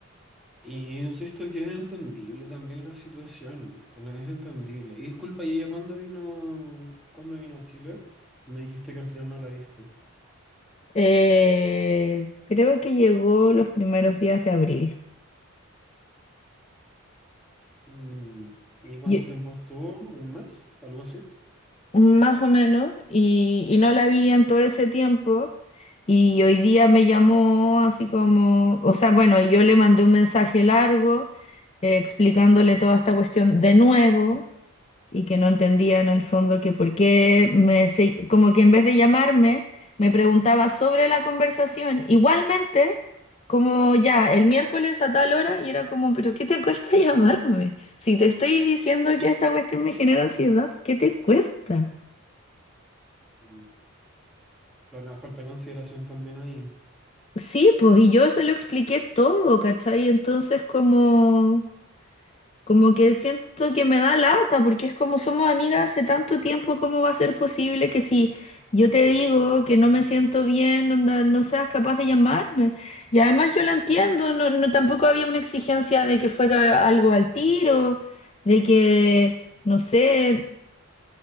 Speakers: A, in the centre; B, on the left.
A: Y insisto que es entendible también la situación, la- es entendible. Y disculpa, ¿y ella cuándo vino, cuándo vino a Chile? Me dijiste que al final no la viste.
B: Eh, creo que llegó los primeros días de abril,
A: Mm, ¿Y cuánto
B: y-
A: tiempo estuvo? ¿Un mes? ¿Algo así?
B: más o menos, y, y no la vi en todo ese tiempo. Y hoy día me llamó así como, o sea, bueno, y yo le mandé un mensaje largo eh, explicándole toda esta cuestión de nuevo. y que no entendía en el fondo que por qué me, se- como que en vez de llamarme, me preguntaba sobre la conversación. Igualmente, como ya el miércoles a tal hora, y era como, pero ¿qué te cuesta <laughs> llamarme? Si te estoy diciendo que esta cuestión me genera ansiedad, ¿qué te cuesta?
A: Mm, Claro, falta de consideración también ahí.
B: Sí, pues, y yo se lo expliqué todo, ¿cachai? Entonces, como... Como que siento que me da lata, porque es como somos amigas hace tanto tiempo, ¿cómo va a ser posible que si yo te digo que no me siento bien, onda, no seas capaz de llamarme? Y además yo la entiendo, no, no tampoco había una exigencia de que fuera algo al tiro, de que, no sé,